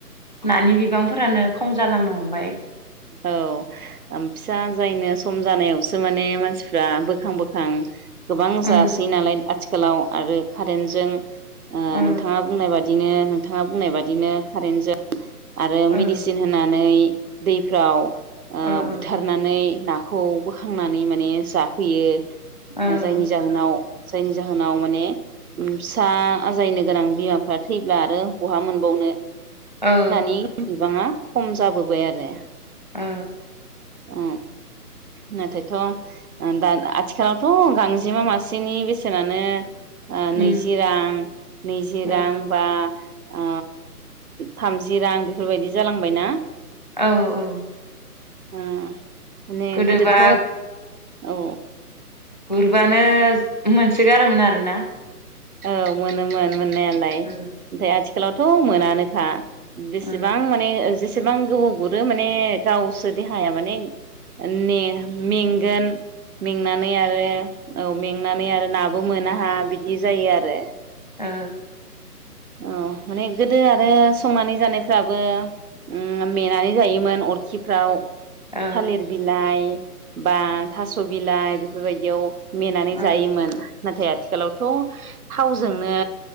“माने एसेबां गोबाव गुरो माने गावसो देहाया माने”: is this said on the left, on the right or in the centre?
Right